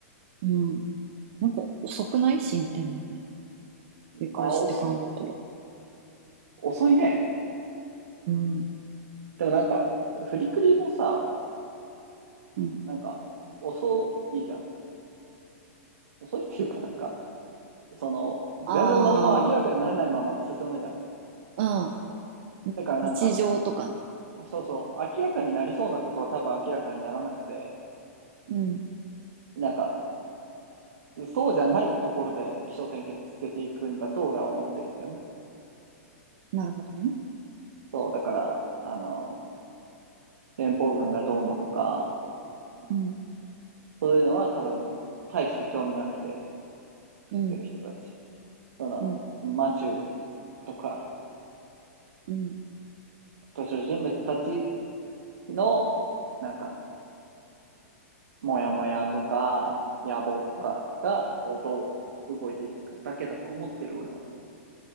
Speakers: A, on the right; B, on the right.
A: うん。なんか遅くない進展もね。折り返しって考えたら。
B: まあ、遅遅いね。
A: うん。
B: でもなんか、フリクリもさ、
A: うん。
B: なんか、遅いじゃん。遅いっていうかなんか、その、全然何も明らかにならないまま進むじゃん。
A: ああ、うん。
B: だからなんか、
A: 日常とかね。
B: そうそう、明らかになりそうなことは多分明らかにならなくて、
A: うん。
B: なんか、そうじゃないところで起承転結つけていくんだと俺は思ってるんだよね。
A: なるほどね。
B: そう、だから、あの、連邦軍がどうのとか、
A: うん。
B: そういうのは多分、大して興味なくて作ってる人たち。
A: うん。
B: その、
A: うん。
B: マチューとか、
A: うん。
B: 登場人物たちの、なんか、もやもやとか、野望とかが、
A: うん
B: こう、どう動いていくかだけだと思ってる、俺は。